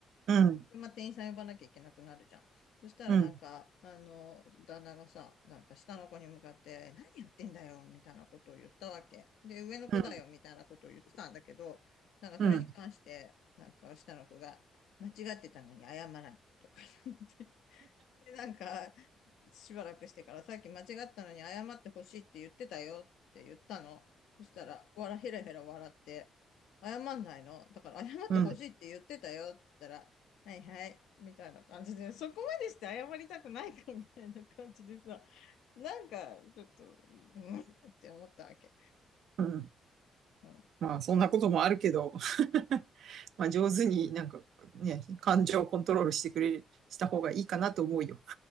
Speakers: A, on the right (about 65°); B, on the left (about 70°).
A: うん、
B: で、まあ、店員さん呼ばなきゃいけなくなるじゃん。そしたらなんか、
A: うん、うん、
B: あの、旦那がさ、なんか下の子に向かって、何言ってんだよ、みたいなことを言ったわけ。で、上の子だよ、
A: うん、
B: みたいなことを言ってたんだけど、なんかそれに関して、
A: うん、
B: なんか下の子が、間違ってたのに謝らないとか言って。で、なんか、しばらくしてからさっき間違ったのに謝ってほしいって言ってたよって言ったの。そしたら、わら、ヘラヘラ笑って、謝んないのだから謝ってほしいって言ってたよって言ったら、
A: うん、
B: はいはい、みたいな感じで、そこまでして謝りたくないかみたいな感じでさ、なんかちょっと、うんって思ったわけ。
A: うん。
B: うん、
A: まあ、そんなこともあるけど、<laughs> まあ、上手になんかね、感情をコントロールしてくれ、した方がいいかなと思うよ。